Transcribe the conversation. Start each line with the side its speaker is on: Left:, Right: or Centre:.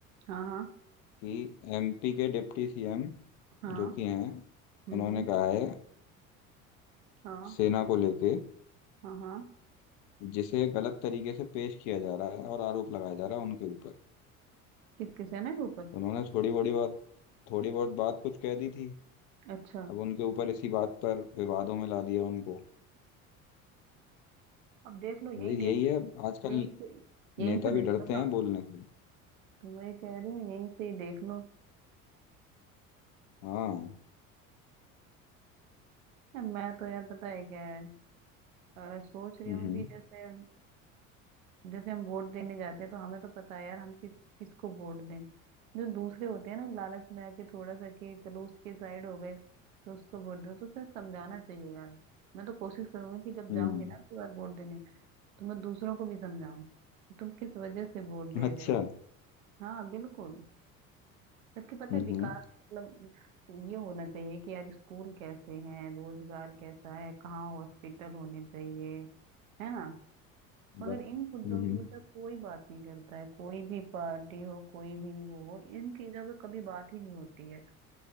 Right: हाँ हाँ
Left: कि एमपी के डिप्टी सीएम
Right: हाँ
Left: जो कि हैं
Right: हम्म
Left: उन्होंने
Right: हम्म,
Left: कहा है
Right: हाँ
Left: सेना को लेके
Right: हाँ हाँ
Left: जिसे गलत तरीके से पेश किया जा रहा है और आरोप लगाया जा रहा है उनके ऊपर
Right: किस किस है ना के ऊपर
Left: उन्होंने थोड़ी बड़ी बात थोड़ी बहुत बात कुछ कह दी थी
Right: अच्छा
Left: अब उनके ऊपर इसी बात पर विवादों में ला दिया उनको
Right: अब देख लो यहीं
Left: भाई
Right: देख
Left: यही
Right: लो
Left: है आजकल
Right: यहीं से यहीं
Left: नेता
Right: से
Left: भी
Right: देख
Left: डरते
Right: लो ना
Left: हैं बोलने से
Right: तो मैं ये कह रही हूँ यहीं से ही देख लो
Left: हाँ
Right: मैं तो यार पता है क्या है अ, सोच रही
Left: हम्म
Right: हूँ कि जैसे जैसे हम वोट देने जाते हैं तो हमें तो पता है यार हम किस किसको वोट दें जो दूसरे होते हैं ना लालच में आके थोड़ा सा कि चलो उसके साइड हो गए तो उसको वोट दो तो सर समझाना चाहिए यार मैं तो कोशिश करूंगी कि जब
Left: हम्म
Right: जाऊंगी ना अगली बार वोट देने तो मैं दूसरों को भी समझाऊं कि तुम किस वजह से वोट दे
Left: अच्छा
Right: रहे हो हाँ बिल्कुल जबकि पता
Left: हम्म
Right: है विकास मतलब ये होना चाहिए कि यार स्कूल कैसे हैं रोजगार कैसा है कहाँ हॉस्पिटल होने चाहिए है ना
Left: बस,
Right: मगर इन मुद्दों
Left: हम्म
Right: की मतलब कोई बात नहीं करता है कोई भी पार्टी हो कोई भी वो हो इन चीजों पे कभी बात ही नहीं होती है